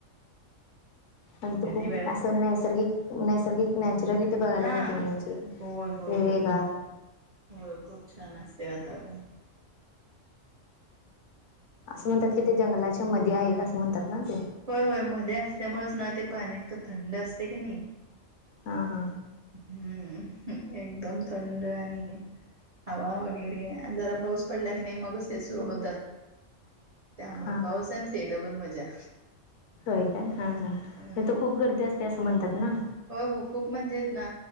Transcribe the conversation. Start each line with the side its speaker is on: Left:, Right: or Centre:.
Left: आ त
Right: कधी
Left: खूप
Right: वेळ
Left: असं नैसर्गिक नैसर्गिक नॅचरलिटी बघाली
Right: हा
Left: मी ते म्हणायची.
Right: होय होय
Left: हिरवेगार
Right: होय. हो खूप छान असते वातावरण.
Left: असं म्हणतात की ते जंगलाच्या मध्ये आहेत असं म्हणतात ना ते.
Right: होय होय मध्ये असल्यामुळेच ना ते पाणी इतकं थंड असते की नाही.
Left: हा हा.
Right: हम्म एकदम थंड आणि हवा वगैरे आणि जरा पाऊस पडला की नाही मगच ते सुरू होतात. त्यामुळे
Left: हा
Right: पाऊस
Left: हा
Right: आणि ते डबल मजा.
Left: हे
Right: होय
Left: तर खूप गर्दी असते असं म्हणतात ना
Right: हो हो खूप म्हणजेेत ना